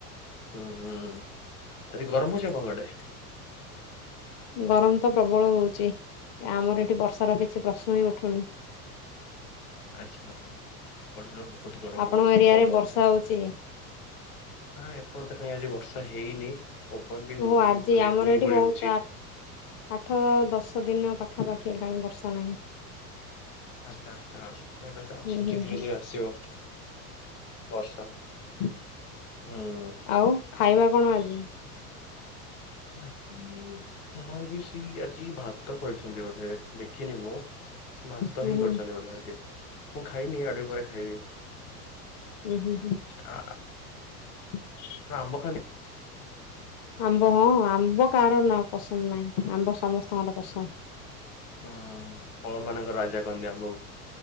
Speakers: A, on the left; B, on the left.
A: ହୁଁ ହୁଁ, ଆଜି ଗରମ ହେ ଆପଣଙ୍କ ଆଡେ?
B: ଗରମ ତ ପ୍ରବଳ ହଉଛି, ଆମର ଏଠି ବର୍ଷାର କିଛି ପ୍ରଶ୍ନ ହିଁ ଉଠୁନି?
A: ଆଛା <unintelligible> ବହୁ ଗରମ
B: ଆପଣଙ୍କ
A: ହଉଛି
B: ଏରିଆରେ
A: ପବନତ
B: ବର୍ଷା
A: <unintelligible>
B: ହଉଛି?
A: କାଇଁ ଏପଟେ ତ କାହିଁ ଆଜି ବର୍ଷା ତ ହେଇନି। ପବନ ବି ହଉନି
B: ହୋ ଆଜି
A: ମାନେ
B: ଆମର
A: ଗୁଳୁ
B: ଏଇଠି
A: ଗୁଳି
B: ବହୁତ
A: ହଉଛି।
B: ଆଠ ଦଶ ଦିନ ପାଖାପାଖି ହେଲାଣି ବର୍ଷା ନାହିଁ।
A: ଆଛା, ଆଛା ଏବେ ତ ଆସୁଛି
B: ହୁଁ ହୁଁ
A: ଧୀରେ
B: ହୁଁ।
A: ଧୀରେ ଆସିବ ବର୍ଷା।
B: <inaudible>
A: ହୁଁ।
B: ଆଉ ଖାଇବା କଣ ଆଜି?
A: <inaudible> ଆମର ବି ସେଇ ଆଜି ଭାତ କରିଛନ୍ତି ବୋଧେ, ଦେଖିନି ମୁଁ। ଭାତ
B: ହୁଁ
A: ହିଁ
B: ହୁଁ
A: କରିଛନ୍ତି ବୋଧେ ଆଜି, ମୁଁ ଖାଇନି ଆଉ ଟିକେପରେ ଖାଇବି।
B: ହୁଁ ହୁଁ ହୁଁ।
A: ଆ
B: <inaudible>
A: ଆମ୍ବ ଖାଲି
B: ଆମ୍ବ ହଁ ଆମ୍ବ କାହାର ନା ପସନ୍ଦ ନାହିଁ ଆମ୍ବ ସମସ୍ତଙ୍କର ପସନ୍ଦ।
A: ହଁ ଫଳ ମାନଙ୍କର ରାଜା କହନ୍ତି ଆ